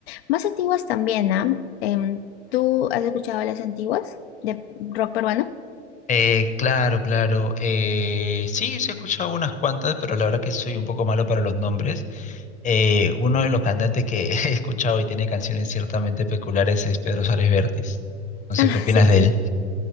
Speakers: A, on the left; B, on the left.
A: Más antiguas también, ¿ah? Em, ¿tú has escuchado las antiguas de rock peruano? <laughs>
B: Eh, claro, claro. Eh, sí, sí he escuchado unas cuantas, pero la verdad que soy un poco malo para los nombres. Eh, uno de los cantantes que <laughs> he escuchado y tiene canciones ciertamente peculiares es Pedro Suárez Vértiz. No sé
A: Ah,
B: qué opinas
A: sí,
B: de
A: sí.
B: él.